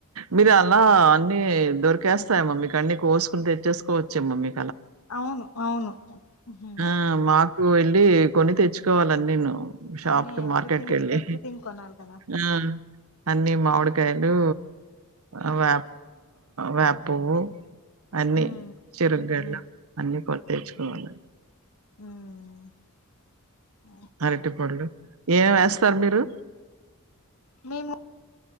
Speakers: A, on the right; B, on the left.
A: మీరు అలా అన్ని దొరికేస్తాయమ్ మీ కన్నీ కోసుకుని తెచ్చేసుకోవచ్చేమ్మ మీ
B: అవును అవును ఉహు
A: ఆ మాకు వెళ్ళి కొన్ని తెచ్చుకోవాలని నేను షాప్
B: అన్ని
A: కి
B: ఎవ్రీథింగ్
A: మార్కెట్ వెళ్లి
B: ఎవ్రీథింగ్ కొనాలి కదా
A: ఆ అన్ని మామిడికాయలు ఆ అవి వేప పూలు అన్ని
B: ఉమ్
A: చెరకు గడలు
B: ఉమ్
A: అన్ని కొనీతెచ్చుకోవాలి
B: ఊహు
A: అరటి పళ్ళు ఏమ వేస్తారు మీరు
B: మేము